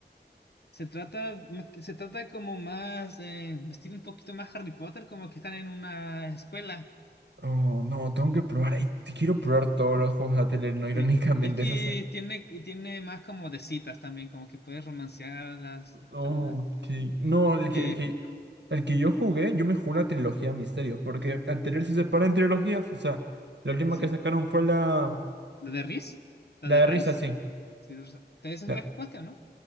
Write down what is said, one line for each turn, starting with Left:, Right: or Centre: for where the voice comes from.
Left: se trata, ma- se trata como más, eh, estilo un poquito más Harry Potter, como que están en una escuela
Right: Oh, no, tengo que probar. Ay, te quiero probar todos los juegos de Atelier, no <laughs> irónicamente
Left: Sí, es que
Right: esa saga.
Left: tiene, tiene más como de citas también, como que puedes romancear a las...
Right: Oh,
Left: A las
Right: ok. No, el
Left: eh,
Right: que, el que, el que yo jugué, yo me jugué la trilogía Misterio. Porque Atelier se separa en trilogías. O sea, la última
Left: sí, sí.
Right: que sacaron fue la.
Left: ¿La de Riz? ¿La
Right: La
Left: de
Right: de
Left: Rice?
Right: risa, sí.
Left: Sí, esa esa
Right: La...
Left: es la que jugaste, ¿o no?